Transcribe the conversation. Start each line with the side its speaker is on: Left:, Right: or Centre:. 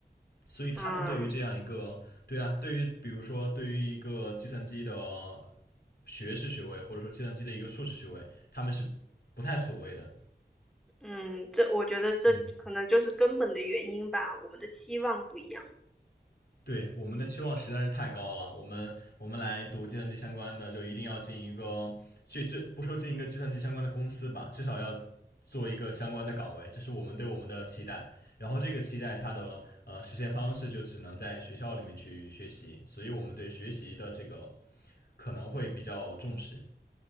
Left: 所以他们对于这样一个，
Centre: 嗯
Left: 对啊，对于比如说对于一个计算机的学士学位，或者说计算机的一个硕士学位，他们是不太所谓的。
Centre: 嗯，这我觉得这可能就是根本的原因吧，
Left: 嗯。
Centre: 我们的期望不一样。
Left: 对，我们的期望实在是太高了。我们我们来读计算机相关的，就一定要进一个最最不说进一个计算机相关的公司吧，至少要做一个相关的岗位，这是我们对我们的期待。然后这个期待它的呃实现方式就只能在学校里面去学习，所以我们对学习的这个可能会比较重视。